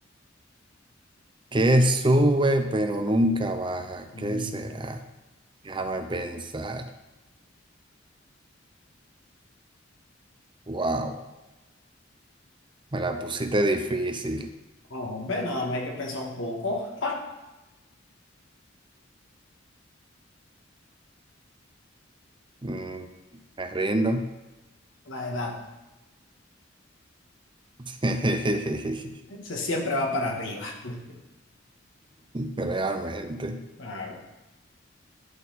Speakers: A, on the right (about 25°); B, on the left (about 75°).
A: Que sube pero nunca baja.
B: Nunca.
A: ¿Qué será? Déjame pensar. Wow, me la pusiste difícil.
B: Hombre, nada más hay que pensar un poco. <laughs> ¡Ja!
A: Mm, me rindo.
B: La edad.
A: <laughs>
B: Se siempre va para arriba. <laughs>
A: Realmente.
B: Claro.